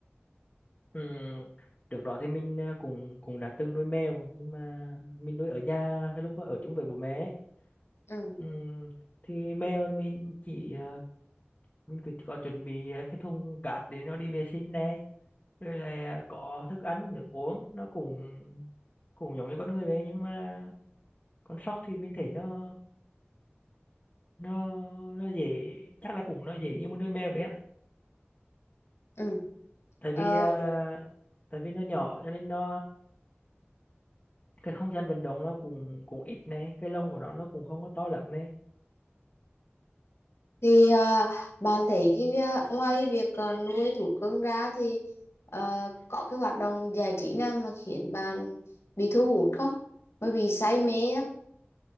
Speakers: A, on the left; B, on the left.
A: Ừm, trước đó thì mình ờ, cũng cũng đã từng nuôi mèo, nhưng mà mình nuôi ở nhà hay lúc ở chung với bố mẹ. ấy.
B: Ừ.
A: Ừm, thì mèo thì mình chỉ ờ, mình cứ có chuẩn bị ờ, cái thùng cát để nó đi vệ sinh nè rồi là có thức ăn nước uống nó cũng cũng giống như con người vậy nhưng mà con sóc thì mình thấy nó nó nó dễ chắc là cũng nó dễ như một đôi mèo vậy á
B: Ừ.
A: tại vì
B: Ờ,
A: à, tại vì nó nhỏ cho nên nó cái không gian vận động nó cũng cũng ít này cái lông của nó nó cũng không có to lắm này
B: thì ờ, bạn thấy cái vi- ngoài cái việc ờ, nuôi thú cưng ra thì ờ, có cái hoạt động giải trí nào mà khiến bạn bị thu hút không? Mới bị say mê á?